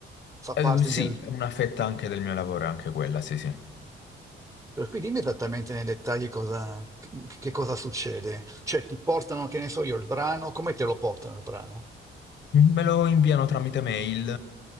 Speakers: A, on the right (about 15°); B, on the left (about 65°).
A: Fa
B: Eh,
A: parte
B: sì,
A: del...
B: è una fetta anche del mio lavoro è anche quella, sì, sì.
A: Per cui dimmi esattamente nei dettagli cosa, che che cosa succede. Cioè ti portano, che ne so io, il brano, come te lo portano il brano?
B: Me lo inviano tramite mail,